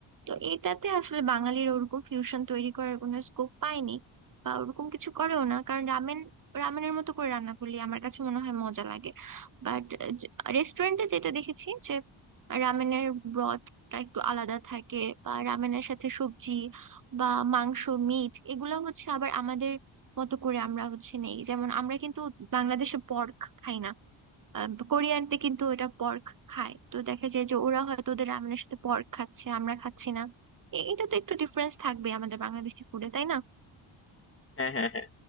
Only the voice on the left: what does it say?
হ্যাঁ হ্যাঁ হ্যাঁ